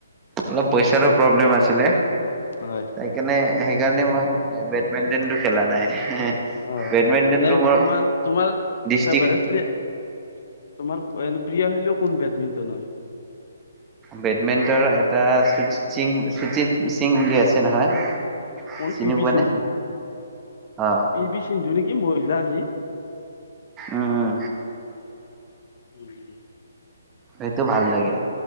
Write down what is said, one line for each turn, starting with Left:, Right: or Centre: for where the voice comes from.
Right: অলপ পইচাৰো প্ৰব্লেম আছিলে। সেইকাৰণে
Left: হয়
Right: সেই সেইকাৰণে মই বেডমিন্টন টো খেলা নাই।
Left: অ
Right: বেডমিণ্টনটো
Left: এনেই
Right: মোৰ
Left: তোমাৰ তোমাৰ
Right: ডিষ্ট্ৰিক্ট
Left: ফেভাৰেট্ পেলেয়াৰ তোমাৰ প্ৰিয় হলেও কোন বেডমিণ্টনৰ
Right: বেডমিণ্টনৰ এটা সিং সুচিত সিং বুলি আছে নহয়।
Left: কোন
Right: চিনি
Left: পি পি
Right: পোৱা
Left: সিন্ধু
Right: নে? অ'
Left: পি বি সিন্ধু নেকি মহিলাজি।
Right: উ উ
Left: উম
Right: হেইটো ভাল লাগে